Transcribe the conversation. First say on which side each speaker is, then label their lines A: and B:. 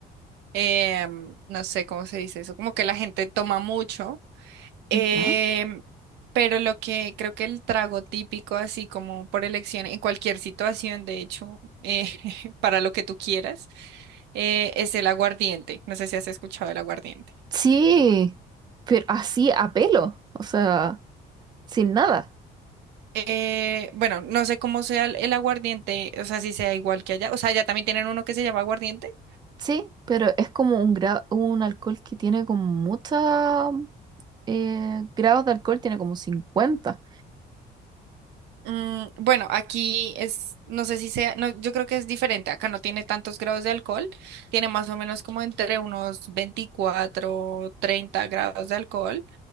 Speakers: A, on the right; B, on the right.
A: em, no sé cómo se dice eso, como que la gente toma mucho. Em,
B: Ya.
A: pero lo que creo que el trago típico, así como por elección, en cualquier situación, de hecho, eh, <laughs> para lo que tú quieras, eh, es el aguardiente. No sé si has escuchado el aguardiente.
B: Sí, pero así a pelo. O sea. sin nada,
A: Eh, bueno, no sé cómo sea el, el aguardiente, o sea, si sea igual que allá. O sea, allá también tienen uno que se llama aguardiente.
B: sí, pero es como un, gra- un alcohol que tiene como mucha eh, grados de alcohol, tiene como cincuenta,
A: Mm, bueno, aquí es, no sé si sea, no, yo creo que es diferente. Acá no tiene tantos grados de alcohol, tiene más o menos como entre unos 24 30 grados de alcohol.